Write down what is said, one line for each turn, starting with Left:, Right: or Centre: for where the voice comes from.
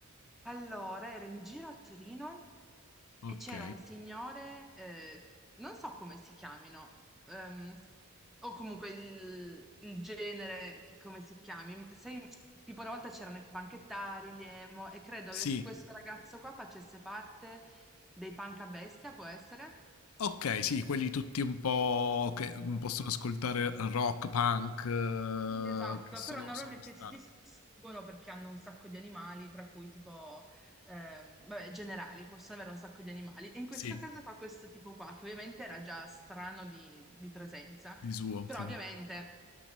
Centre: Allora, ero in giro a Torino
Left: Ok.
Centre: e c'era un signore, eh, non so come si chiamino, ehm, o comunque il, il genere, che- come si chiami, m- sai, tipo una volta c'erano i panchettari, gli emo, e credo
Left: Sì.
Centre: che questo ragazzo qua facesse parte dei panca bestia, può essere?
Left: Ok, sì, quelli tutti un po' che mm, possono ascoltare rock, punk, eh,
Centre: Sì, esatto,
Left: che sono,
Centre: però normalmente
Left: sono per strada.
Centre: si distinguono perché hanno un sacco di animali, tra cui tipo, ehm, vabbè, generali, possono avere un sacco di animali. E in questo
Left: Sì,
Centre: caso fa questo tipo qua, che ovviamente era già strano di, di presenza,
Left: di suo,
Centre: però
Left: sì.
Centre: ovviamente